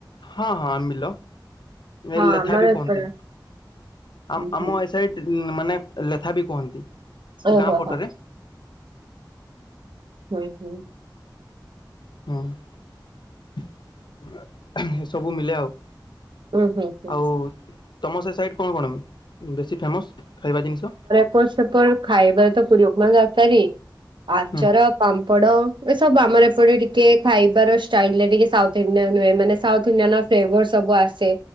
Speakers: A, on the left (about 70°); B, on the right (about 85°).
A: ହଁ ହଁ ମିଲ ମେଲେଥା
B: ହଁ ଆମର
A: ବି କୁହନ୍ତି
B: ଏପଟେ
A: ଆମ
B: ହୁଁ ହୁଁ।
A: ଆମ ସେଇଟି ମାନେ ଲେଥା ବି କୁହନ୍ତି
B: ଓହୋ
A: ଗାଁ ପଟରେ
B: ହୋ ହୁଇ ହୁଁ।
A: ହଁ ଏସବୁ ମିଳେ ଆଉ।
B: ହୁଁ ହୁଁ ହୁଁ।
A: ଆଉ ତମ ସେ ସାଇଟ୍ କଣ କଣ ବେଶୀ ଫେମସ୍ ଖାଇବା ଜିନିଷ?
B: ତୋ ସେପଟେ ଖାଇବାରେ ତ ପୁରୀ ଉପମା ଏଗା ଦରକାରୀ
A: ହୁଁ
B: ଆଚାର ପାମ୍ପଡ ଏ ସବୁ ଆର ଏପଟେ ଟିକେ ଖାଇବାର ଷ୍ଟାଇଲିରେ ଟିକେ ସାଉଥ୍ ଇଣ୍ଡିଆନ ହୁଏ ମାନେ ସାଉଥ୍ ଇଣ୍ଡିଆନ ଫେବର ସବୁ ଆସେ